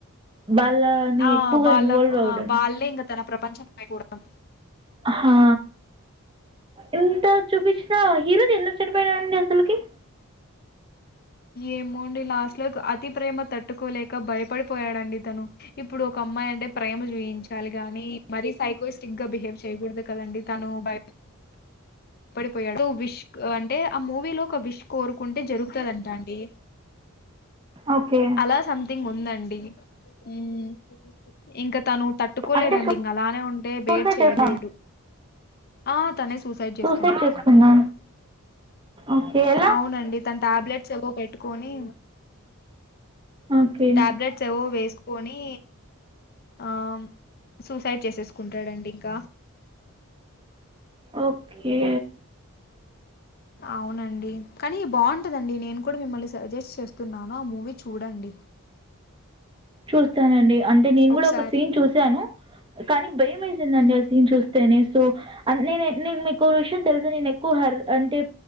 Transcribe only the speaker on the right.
వాళ్ళని
ఎక్కువగా
ఇన్వాల్వ్ అవ్వడం
హా ఎంత చూపించినా హీరోది ఎందుకు చనిపోయిననండి అసలుకి
ఓకే
అంటే
సూసైడ్
చేసా
సూసైడ్ చేసుకున్నా ఓకే ఎలా
ఓకే
ఓకే
చూస్తానండి అంటే నేను
కూడా ఒక సీన్ చూశాను కానీ బై ేసిందండి
ఆ సీన్ చూస్తేనే సో నేను నేను మీకు విషయం తెలుస నేను ఎక్కువ హర్ అంటే